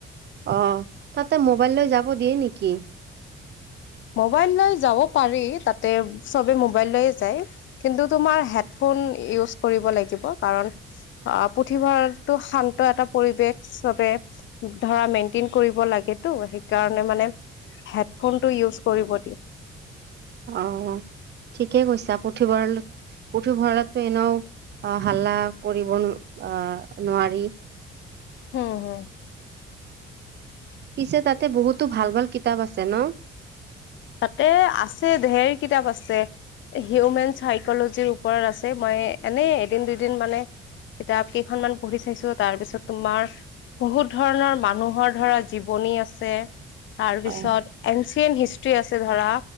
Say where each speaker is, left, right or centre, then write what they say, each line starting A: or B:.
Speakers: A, on the right (about 60°); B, on the left (about 70°).
A: অ' তাতে মোবাইল লৈ যাব দিয়ে নেকি?
B: মোবাইল লৈ যাব পাৰি তাতে চবে মোবাইল লৈয়ে যায় কিন্তু তোমাৰ হেডফোন ফোন ইউছ কৰিব লাগিব কাৰণ অঁ পুথিভঁৰালটো শান্ত এটা পৰিৱেশ হিচাপে ধৰা মেইনটেইন কৰিব লাগেটো সেইকাৰণে মানে হেডফোনটো ইউছ কৰিব দিয়ে।
A: অঁ ঠিকেই কৈছা পুথিভঁৰাল পুথিভঁৰালতটো এনেও আহ হাল্লা কৰিব নো আহ নোৱাৰি।
B: হম হম
A: পিছে তাতে বহুতো ভাল ভাল কিতাপ আছে ন?
B: তাতে আছে ঢেৰ কিতাপ আছে। এ হিউমেন চাইক'লজিৰ ওপৰত আছে মই এনে এদিন দুদিন মানে তেতিয়া কেইখনমান পঢ়ি চাইছো তাৰপিছত তোমাৰ বহুত ধৰণৰ মানুহৰ ধৰা জীৱনী আছে তাৰ
A: অ
B: পিছত এনচিয়েনট হিষ্ট আছে ধৰা